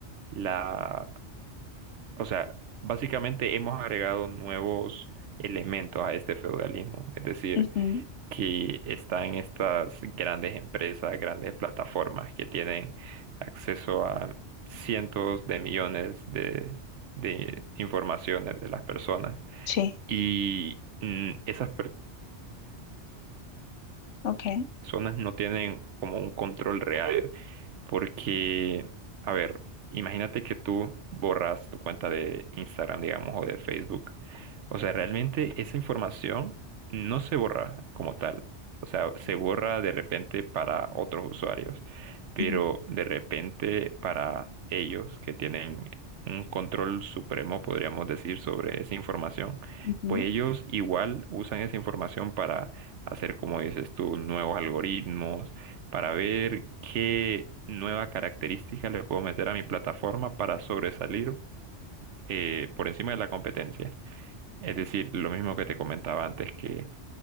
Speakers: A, on the right; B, on the left.
A: la o sea, básicamente hemos agregado nuevos elementos a este feudalismo, es decir,
B: ujú,
A: que están estas grandes empresas, grandes plataformas que tienen acceso a cientos de millones de, de informaciones de las personas
B: Sí,
A: y mm, esas
B: ok.
A: personas no tienen como un control real Porque, a ver, imagínate que tú borras tu cuenta de Instagram, digamos, o de Facebook. O sea, realmente esa información no se borra como tal. O sea, se borra de repente para otros usuarios, pero
B: ujú,
A: de repente para ellos que tienen un control supremo, podríamos decir, sobre esa información,
B: ujú,
A: pues ellos igual usan esa información para hacer, como dices tú, nuevos algoritmos para ver qué nueva característica le puedo meter a mi plataforma para sobresalir eh, por encima de la competencia. Es decir, lo mismo que te comentaba antes, que